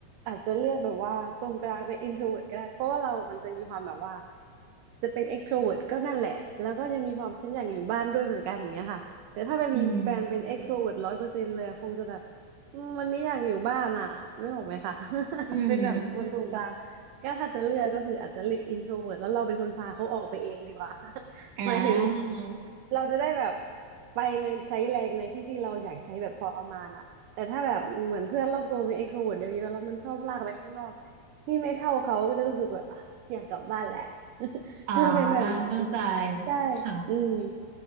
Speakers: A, on the right; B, on the right.
A: อาจจะเลือกแบบว่าตรงกลางเป็น introvert ก็ได้เพราะว่าเรามันจะมีความแบบว่าจะเป็น extrovert ก็นั่นแหละแล้วก็ยังมีความฉันอยากอยู่บ้านด้วยเหมือนกันอย่างเงี้ยค่ะแต่ถ้าไปมีแฟนเป็นอืม
B: อืม
A: extrovert ร้อยเปอร์เซ็นต์เลยคงจะแบบอืมวันนี้อยากอยู่บ้านอ่ะนึกออกไหมคะ <laughs>
B: อืม
A: เป็นแบบที่อืคนตรมงกลางก็ถ้าจะเลือกก็คืออาจจะเลือก introvert แล้วเราเป็นคนพาเขาออกไปเองดีกว่า <laughs>
B: อ่
A: หมายถึง
B: า
A: เราจะได้แบบไปในใช้แรงในที่ที่เราอยากใช้แบบพอประมาณอะ แต่ถ้าแบบเหมือนเพื่อนรอบตัวมี extrovert เวิร์ตเยอะๆแล้วมันชอบลากไปข้างนอกนี่ไม่เท่าเขาก็จะรู้สึกว่าอ่ะอยากกลับบ้านแหละ
B: อ่า
A: <laughs> จะเป็นแบบนั้น
B: เข้าใจ
A: ใช่
B: ค่ะ
A: อืม